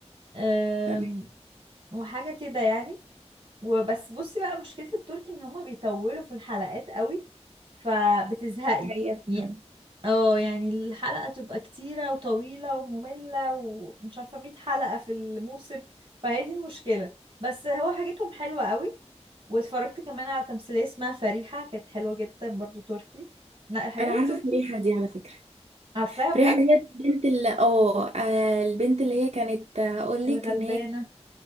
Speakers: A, on the right; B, on the right.
A: آم،
B: طب
A: وحاجة كده يعني وبس بصي بقى مشكلة التركي ان هما بيطولوا في الحلقات قوي فبتزهقي
B: هي في
A: يع- اه يعني الحلقة تبقى كتيرة وطويلة ومملة ومش عارفة 100 حلقة في الموسم فهي دي المشكلة بس هو حاجتهم حلوة قوي واتفرجت كمان على تمثيلية اسمها فريحة كانت حلوة جدا برضو تركي لا الحاجات
B: انا عارفه
A: التركي
B: فريحه دي على فكره
A: عارفاها بجد
B: فريحه دي البنت اللي اه آه، البنت اللي هي كانت هقول
A: الغلبانة
B: لك ان هي